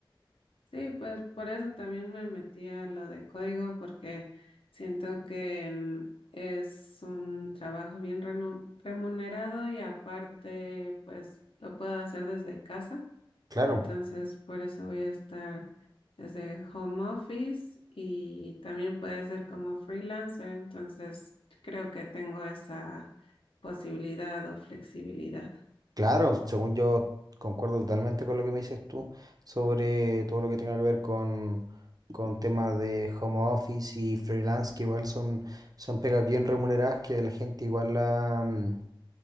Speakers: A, on the left; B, on the right.
A: Sí, pues por eso también me metí a lo de código, porque siento que mm, es un trabajo bien renu- remunerado y aparte, pues lo puedo hacer desde casa.
B: Claro.
A: Entonces, por eso voy a estar desde home office y también puede ser como freelancer. Entonces, creo que tengo esa posibilidad o flexibilidad.
B: Claro, según yo concuerdo totalmente con lo que me dices tú sobre todo lo que tenga que ver con, con temas de home office y freelance, que igual son, son pegas bien remuneradas, que la gente igual la, mm,